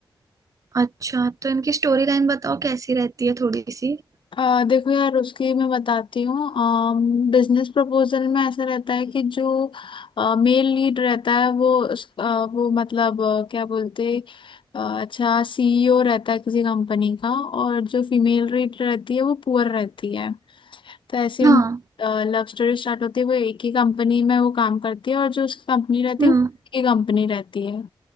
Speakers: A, on the right; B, on the left.
A: अच्छा तो इनकी स्टोरी लाइन बताओ कैसी रहती है थोड़ी सी
B: अ, देखो यार उसकी मैं बताती हूँ बिजनेस प्रपोजल में ऐसा रहता है कि जो मेल लीड रहता है वो उस- अ, वो मतलब अ, क्या बोलते अ, अच्छा सीईओ रहता है किसी कंपनी का और जो फीमेल लीड रहती है वो पुअर रहती है तो ऐसी
A: हाँ
B: लव स्टोरी स्टार्ट होती है वो एक ही कंपनी में वो काम करती है और जो उसकी कंपनी रहती
A: हम्म
B: है वो एक ही कंपनी रहती है